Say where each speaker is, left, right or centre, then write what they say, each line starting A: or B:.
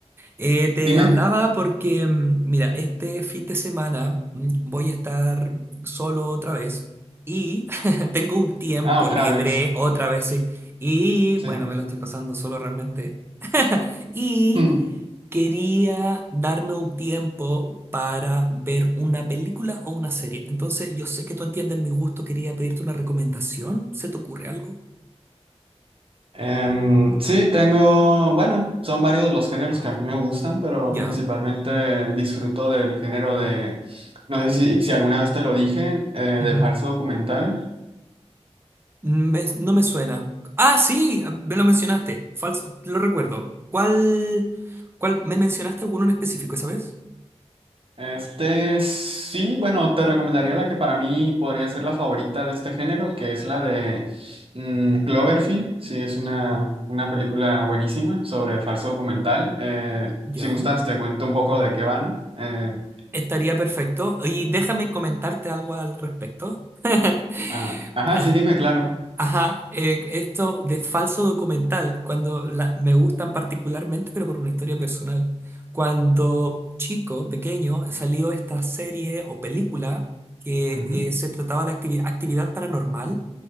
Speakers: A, on the right; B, on the right.
A: eh, te
B: Dime.
A: hablaba porque, mm, mira, este fin de semana mm, voy a estar solo otra vez y <laughs> tengo un tiempo
B: Ah, otra
A: libre
B: vez.
A: otra vez, sí. Y
B: Sí.
A: bueno, me lo estoy pasando solo realmente. <laughs> Y
B: <laughs>
A: Quería darme un tiempo para ver una película o una serie. Entonces, yo sé que tú entiendes mi gusto, quería pedirte una recomendación. ¿Se te ocurre algo?
B: Em, sí, tengo. Bueno, son varios los géneros que a mí me gustan, pero
A: Ya.
B: principalmente disfruto del género de. No sé si, si alguna vez te lo dije, eh,
A: ujú.
B: de falso documental.
A: Me- no me suena. Ah, sí, ah, me lo mencionaste. Falso, lo recuerdo. ¿Cuál, cuál? ¿Me mencionaste alguno en específico esa vez?
B: Este sí, bueno, te recomendaría la que para mí podría ser la favorita de este género, que es la de mm, Cloverfield. Sí, es una, una película buenísima sobre falso documental. Eh,
A: Ya.
B: si gustas, te cuento un poco de qué va, ¿no? Eh,
A: Estaría perfecto. Y déjame comentarte algo al respecto. <laughs>
B: ah, ajá,
A: Ah,
B: sí, dime, claro.
A: Ajá, eh, esto de falso documental, cuando la- me gustan particularmente, pero por una historia personal. Cuando chico, pequeño, salió esta serie o película que
B: Ujú.
A: eh, se trataba de activi- actividad paranormal